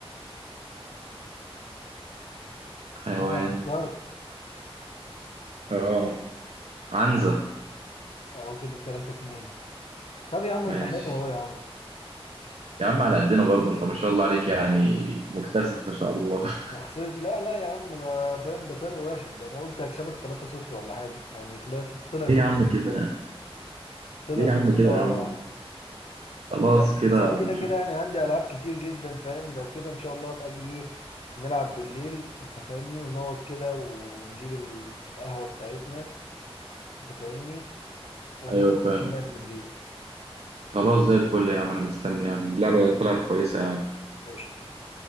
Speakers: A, on the right; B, on the left.
A: حيوان
B: اه فكرت
A: اه عنزة
B: اهو كده تلاتة اتنين طب يا عم
A: ماشي
B: انت حلو اهو يا عم
A: يا عم على قدنا برضه انت ما شاء الله عليك يعني مكتسح ما شاء الله <laughs>
B: وخسرت لا لا يا عم ده فاهم ده فرق واحد ده انا قلت هكسبك 3-0 ولا حاجه يعني طلعت طلع
A: ليه
B: في
A: يا
B: مستوى
A: عم كده
B: طلع
A: ليه يا
B: في
A: عم
B: مستوى
A: كده يا عم
B: يا عم
A: خلاص
B: انا
A: كده
B: مثلا كده
A: هنشوف
B: كده يعني عندي العاب كتير جدا فاهم لو كده ان شاء الله ابقى اجي ايه نلعب بالليل انت فاهمني ونقعد كده ونجيب القهوه بتاعتنا انت فاهمني ونروح
A: ايوه فاهم
B: الكلام بالليل
A: خلاص زي الفل يا عم انا مستني يعني اللعبة طلعت كويسة يعني
B: قشطه